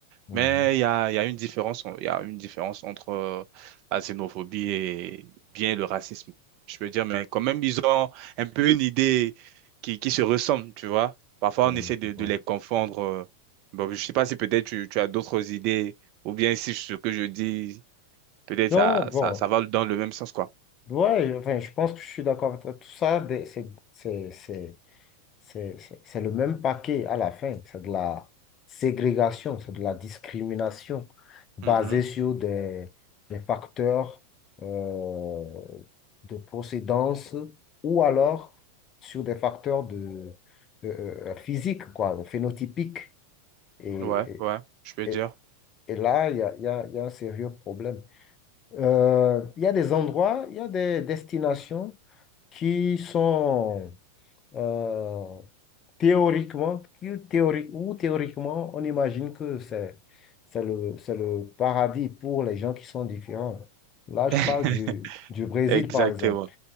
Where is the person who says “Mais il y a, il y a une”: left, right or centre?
Right